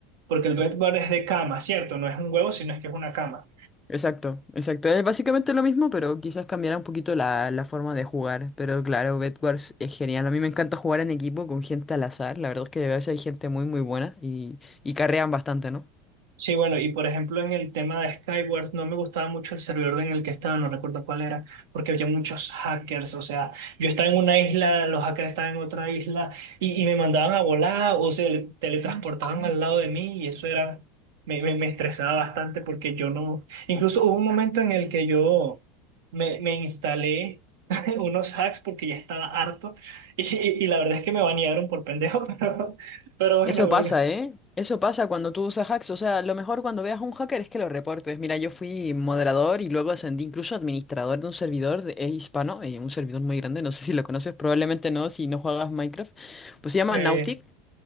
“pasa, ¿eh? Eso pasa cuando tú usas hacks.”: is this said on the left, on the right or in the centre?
Left